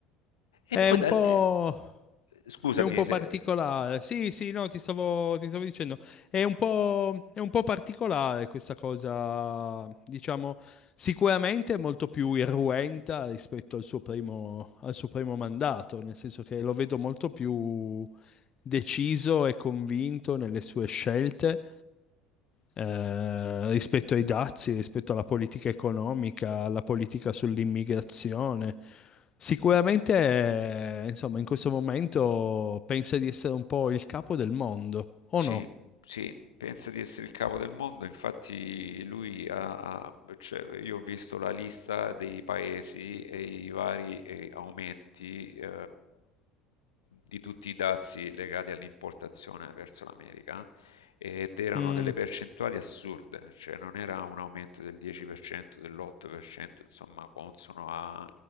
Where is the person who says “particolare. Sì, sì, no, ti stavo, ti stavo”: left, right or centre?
Left